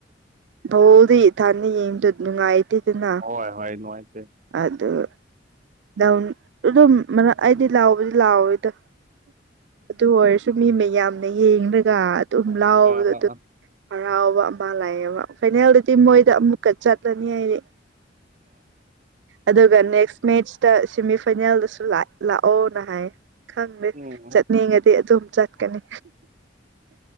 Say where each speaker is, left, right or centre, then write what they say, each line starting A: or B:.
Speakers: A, on the right; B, on the right.
A: ꯕꯣꯜꯗꯤ ꯏꯊꯟꯗ ꯌꯦꯡꯕꯗꯨ ꯅꯨꯡꯉꯥꯏꯇꯦꯗꯅ꯫
B: ꯍꯣꯏ ꯍꯣꯏ ꯅꯨꯡꯉꯥꯏꯇꯦ꯫
A: ꯑꯗꯨ <unintelligible> ꯑꯗꯨꯝ ꯑꯩꯗꯤ ꯂꯥꯎꯕꯗꯤ ꯂꯥꯎꯋꯦꯗ ꯑꯗꯨ ꯑꯣꯏꯔ ꯁꯨ ꯃꯤ ꯃꯌꯥꯝꯅ ꯌꯦꯡꯂꯥꯒ ꯑꯗꯨꯝ ꯂꯥꯎꯕꯗꯣ
B: ꯑꯥ ꯑꯥ
A: ꯑꯗꯨ꯫
B: ꯑꯥ
A: ꯍꯔꯥꯎꯕ ꯑꯃ ꯂꯩꯑꯦꯕ ꯐꯥꯏꯅꯦꯜꯗꯗꯤ
B: ꯑꯥ
A: ꯃꯣꯏꯗ ꯑꯃꯨꯛꯀ ꯆꯠꯂꯅꯤ ꯑꯩꯗꯤ꯫ ꯑꯗꯨꯒꯥ ꯅꯦꯛꯁ ꯃꯦꯁ ꯇ ꯁꯦꯃꯤꯐꯥꯏꯅꯦꯜꯗꯁꯨ ꯂꯥꯛꯑꯣꯅ ꯍꯥꯏ ꯈꯪꯗꯦ
B: ꯎꯝ
A: ꯆꯠꯅꯤꯡꯉꯗꯤ ꯑꯗꯨꯝ ꯆꯠ ꯀꯅꯤ